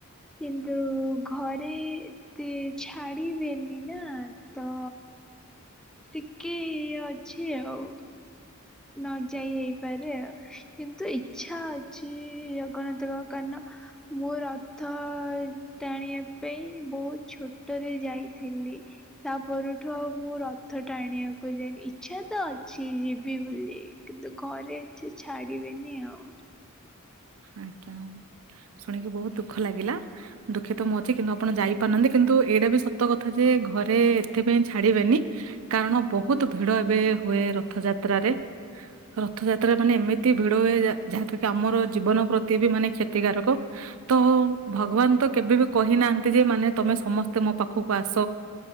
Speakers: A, in the centre; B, on the right.
A: କିନ୍ତୁ ଘରେ ଏତେ ଛାଡିବେନି ନା ତ ଟିକେ ଇଏ ଅଛି ଆଉ, ନ ଯାଇ ହେଇ ପାରେ ଆଉ କିନ୍ତୁ ଇଚ୍ଛା ଅଛି ଜଗନ୍ନାଥ କାରଣ ମୁ ରଥ ଟାଣିଆ ପାଇଁ ବହୁତ୍ ଛୋଟରେ ଯାଇଥିଲି। ତା ପରଠୁ ଆଉ ମୁଁ ରଥ ଟାଣିବାକୁ ଯାଇନି, ଇଚ୍ଛା ତ ଅଛି ଯିବି ବୋଲି। ଏ କିନ୍ତୁ ଘରେ ଏଠି ଛାଡିବେନି ଆଉ।
B: ଆଜ୍ଞା ଶୁଣିକି ବୋହୁତ ଦୁଃଖ ଲାଗିଲା। ଦୁଃଖିତ ମୁଁ ଅଛି କିନ୍ତୁ ଆପଣ ଯାଇପାରୁନାହାନ୍ତି ଯେ କିନ୍ତୁ ଏଇଟା ବି ସତ କଥା ଯେ ଘରେ ଏଥିପାଇଁ ଛାଡିବେନି କାରଣ ବୋହୁତ ଭିଡ ଏବେ ହୁଏ ରଥଯାତ୍ରାରେ। ରଥଯାତ୍ରା ମାନେ ଏମିତି ଭିଡ ହୁଏ ଯା ଯାହେତୁକି ଆମର ଜୀବନ ପ୍ରତି ବି ମାନେ କ୍ଷତିକାରକ। ତ ଭଗବାନ ତ କେବେ ବି କହି ନାହାନ୍ତି ଯେ ମାନେ ତମେ ସମସ୍ତେ ମୋ ପାଖୁକୁ ଆସ।